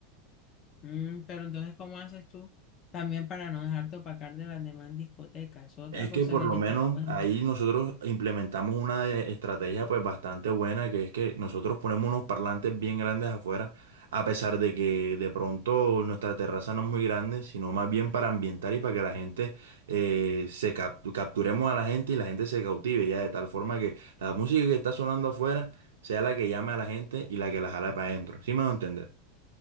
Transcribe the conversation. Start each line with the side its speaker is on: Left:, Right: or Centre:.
Left: Mm, pero entonces, ¿cómo haces tú también para no dejarte opacar de las demás discotecas? Es otra
Right: Es
Left: cosa
Right: que por
Left: que hay
Right: lo
Left: que
Right: menos
Left: tener en cuenta.
Right: ahí nosotros implementamos una eh, estrategia pues bastante buena, que es que nosotros ponemos unos parlantes bien grandes afuera, a pesar de que de pronto nuestra terraza no es muy grande, sino más bien para ambientar y para que la gente eh, se cap- capturemos a la gente y la gente se cautive ya, de tal forma que la música que está sonando afuera sea la que llame a la gente y la que la jale para adentro. ¿Sí me va a entender?